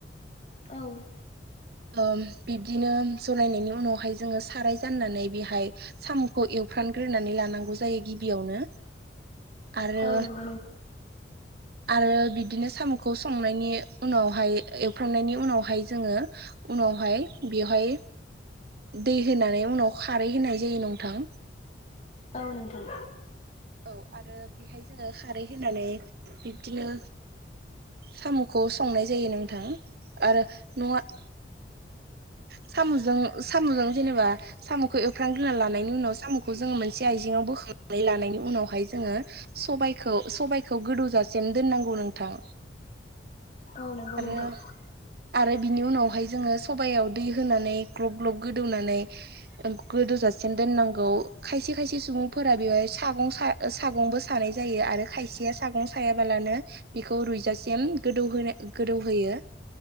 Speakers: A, on the left (about 40°); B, on the right (about 60°).
A: औ
B: ओम-बिब्दिनो जरायनायनि उनावहाय जोङो साराय जाननानै बेहाय। सामखौ एवफ्रानग्रोनानै लानांगौ जायो गिबियावनो। आरो
A: औ नंगौ नोंथां
B: आरो बिदिनो सामखौ संनायनि उनावहाय एवफ्रामनायनि उनावहाय जोङो। उनावहाय बेवहाय। दै होनानै उनाव खारै होनाय जायो नं थां
A: औ नोंथां।
B: औ आरो बेहाय जोङो खारै होनानै बिब्दिनो। सामखौ संनाय जायो नोंथां आरो नआ सामजों सामजों जेनेबा सामखौ एफ्रांनग्रोना लानायनि उनाव सामखौ जोङो मोनसे आइजेंआव बोखांनानै लानायनि उनाव उनावहाय जोङो सखौ सबाइखौ गोदौजासिम दोननांगौ नोंथां।
A: औ नंगौ
B: आरो
A: नोंथां
B: आरो बिनि उनावहाय जोङो सबायाव दै होनानै ग्लब ग्लब गोदौनानै। गोदौ जासिम दोननांगौ खायसे खायसे सुबुंफोरा बेवहाय सगं खा सागंबो सानाय जायो आरो खायसेया सागं सायाबालानो। बेखौ रुइजासिम गोदौहो गोदौहोयो।